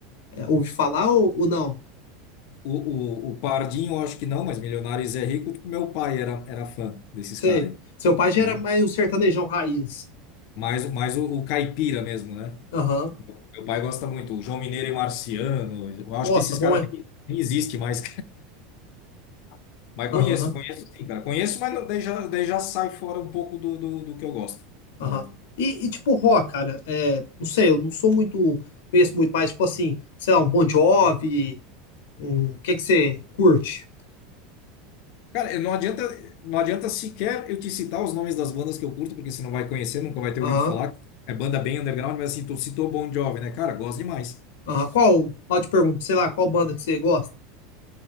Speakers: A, on the left; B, on the left.
A: é, ouvir falar ou, ou não?
B: O, o, o Pardinho, eu acho que não, mas Milionários é Rico, tipo, meu pai era, era fã desses
A: Sei.
B: caras aí,
A: Seu pai já
B: né?
A: era mais um sertanejão raiz.
B: Mais, mais o, o Caipira mesmo, né?
A: Aham.
B: Meu, meu pai gosta muito, o João Mineiro e Marciano, eu acho
A: Nossa,
B: que esses
A: bom
B: caras
A: é.
B: nem, nem existem mais, <laughs> Mas
A: Aham,
B: conheço, conheço sim, cara. Conheço, mas não, daí já, daí já sai fora um pouco do, do, do que eu gosto,
A: aham.
B: né?
A: E, e tipo, rock, cara, é, não sei, eu não sou muito, conheço muito, mas tipo assim, sei lá, um Bon Jovi, um, o que que você curte?
B: Cara, não adianta, não adianta sequer eu te citar os nomes das bandas que eu curto, porque você não vai conhecer, nunca vai ter
A: Aham,
B: ouvido falar. É banda bem underground, mas assim, tu citou Bon Jovi, né? Cara, gosto demais.
A: aham. Qual, pode perguntar, sei lá, qual banda que você gosta?